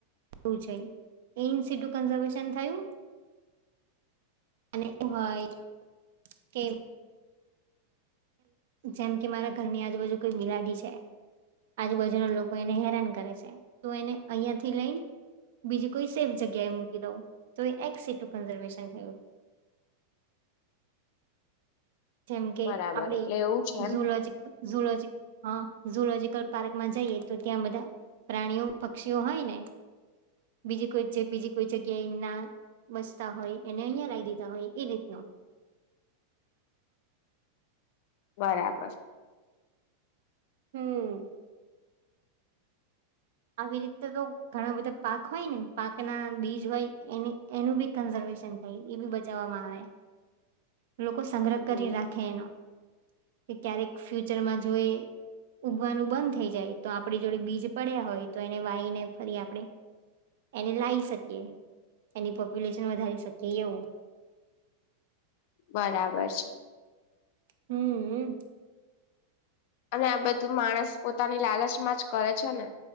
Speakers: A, on the right (about 65°); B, on the left (about 55°).
A: એવુ છે એ <unintelligible> થયું અને એ હોય કે જેમ કે મારા ઘરની આજુબાજુ કોઈ બિલાડી છે આજુબાજુ ના લોકો એને હેરાન કરે છે તું એને અહિયાં થી લઈને બીજી કોઈ સેફ જગ્યાએ મૂકી દઉં તો એ એક સીટ કન્ઝર્વેશન થયું જેમ કે
B: બરાબર
A: આપડ
B: એટલે એવું છે એમ
A: ઝુલોજી ઝહુલા જીક હા ઝહુડાજિક પાર્ક માં જઈએ તો ત્યાં બધા પ્રાણીઓ પક્ષીઓ હોય ને બીજી કોઈ બીજી કોઈ જગ્યા એ ના બસતા હોય એને અહી લાઈ દીધા હોય એ રીતના
B: બરાબર
A: હમ્મ આવી રીતે તો ઘણા બધા પાક હોય ને પાક ના બીજ હોય એની એનું બી કન્ઝર્વેશન થાય એ બી બચાવવામાં આવે લોકો સંગ્રહ
B: હમ
A: કરી રાખે એનો કે ક્યારેક ફ્યુચરમાં જોઈ ઉગવાનું બંધ થઈ જાય તો આપણી જોડે બીજ પડ્યા હોય તો એને વાઈને ફરી આપણે એને લાવી શકીએ એની પોપ્યુલેશન વધારી શકીએ એવું
B: બરાબર છે
A: હમ્મ
B: અને આ બધું માણસ પોતાની લાલચમાં જ કરે છે ને